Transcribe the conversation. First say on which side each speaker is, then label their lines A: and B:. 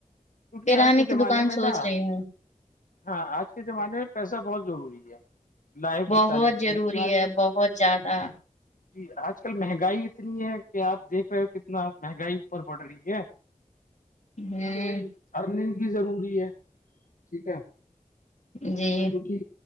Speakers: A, on the left (about 85°); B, on the left (about 60°).
A: کیونکہ
B: کرانے
A: آج کے
B: کی
A: زمانے
B: دکان
A: میں
B: سوچ
A: نا
B: رہی ہوں
A: ہاں آج کے زمانے میں پیسہ بہت ضروری ہے لائف
B: بہت
A: بتانے کی
B: ضروری
A: لیی کیوں آج
B: ہے بہت زیادہ
A: جی آج کل مہنگائی اتنی ہے کہ آپ دیکھ رہے ہو کتنا مہنگائی اوپر پڑ رہی ہے
B: ہ
A: اس کے لیے بھائی ارننگ بھی ضروری ہے ٹھیک ہے
B: جی
A: کیونکہ